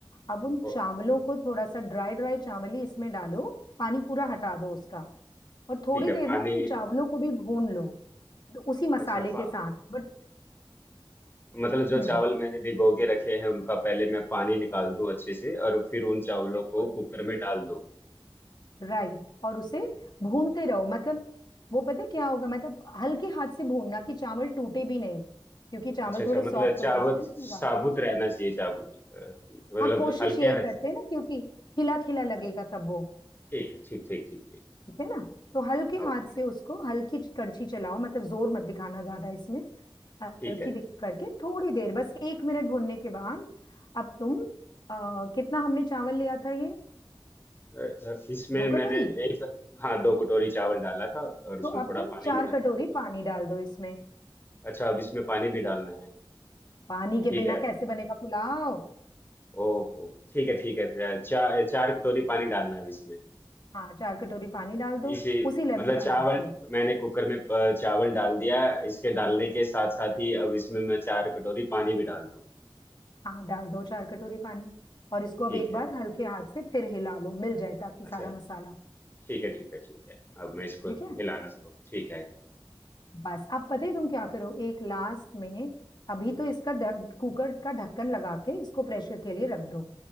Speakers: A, on the left; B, on the left.
A: अब उन
B: ओ,
A: चावलों को थोड़ा सा ड्राई ड्राई चावल ही इसमें डालो पानी पूरा हटा दो उसका और थोड़ी
B: ठीक है
A: देर
B: पानी
A: ना इन चावलों को भी भून लो तो उसी मसाले
B: अच्छा पा,
A: के साथ बट
B: मतलब जो
A: हम्म
B: चावल मैंने भिगो के रखे हैं उनका पहले मैं पानी निकाल दूं अच्छे से और फिर उन चावलों
A: बिल्कुल
B: को कुकर में डाल दूं
A: राइट और उसे भूनते रहो मतलब वो पता है क्या होगा मतलब हल्के हाथ से भूनना कि चावल टूटे भी नहीं क्योंकि चावल
B: अच्छा अच्छा
A: थोड़े सॉफ्ट
B: मतलब
A: हो
B: चाबुत
A: गए होंगे ना
B: साबुत
A: भीगा।
B: रहना चाहिए चाबुत अ, मतलब
A: हाँ कोशिश
B: हल्के
A: यही
B: हाथ
A: करते हैं ना क्योंकि खिला खिला लगेगा
B: अच्छा,
A: तब वो
B: ठीक है ठीक ठीक ठीक ठीक
A: ठीक है ना तो हल्के हाथ
B: ओके
A: से उसको हल्की कड़छी चलाओ मतलब जोर मत दिखाना ज्यादा इसमें हल्की
B: ठीक है
A: दिख करके थोड़ी देर बस एक मिनट भूनने के बाद अब तुम आ, कितना हमने चावल लिया था ये
B: अ, अ, इसमें
A: दो कटोरी
B: मैंने एक हाँ दो कटोरी चावल डाला था और उसमें
A: तो अब
B: थोड़ा
A: तुम
B: पानी
A: चार
B: मिला
A: कटोरी
B: हाँ,
A: पानी डाल दो इसमें
B: अच्छा अब इसमें पानी भी डालना है
A: पानी के
B: ठीक
A: बिना
B: है
A: कैसे बनेगा पुलाव
B: ओहो ठीक है ठीक है फिर चार चार कटोरी पानी डालना है अब इसमें
A: हाँ चार कटोरी पानी डाल दो
B: इसी
A: उसी लेवल
B: मतलब चावल
A: का नाप पे
B: मैंने कुकर में अ, चावल डाल दिया इसके डालने के साथ साथ ही अब इसमें मैं चार कटोरी पानी भी डाल दूं
A: हाँ डाल दो चार कटोरी पानी और इसको अब
B: ठीक
A: एक
B: है
A: बार हल्के हाथ से फिर हिला लो मिल जाए ताकि सारा
B: अच्छा,
A: मसाला
B: ठीक है ठीक है ठीक है अब मैं इसको
A: ठीक है
B: हिलाना शुरू ठीक है
A: बस अब पता है तुम क्या करो एक लास्ट में अभी तो इसका ढ- कुकर का ढक्कन लगा के इसको प्रेशर के लिए रख दो